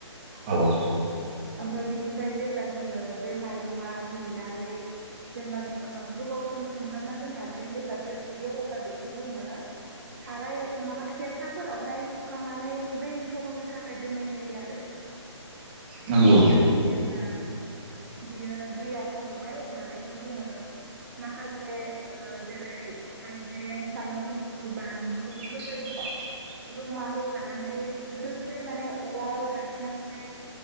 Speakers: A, on the right; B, on the right.
A: औ।
B: ओमफ्राय बिनिफ्राय जेब्ला जोङो बे माइरंआ रुइनानै जेनेबा ओ गोबाव सम सोमहाबना दोन्नानै जेबला बे रुयो अबला बेखौ जोङो साराय माबा खि खेरखाफोरावहाय सुखांनानै दै सरनो थाखाय दोननाय जायो आरो।
A: नंगौ
B: ओमफ्रायो जेब्ला बियो दैया सरबाय ओ बेखौ जोंङो माखासे ओ जेरै हाइजें सामब्राम गुफुर बानलु बेफोरबायदिखौ
A: <unintelligible>
B: जमा होफानानै गोदो गोदाय माने उवाल गाहेनाव हाय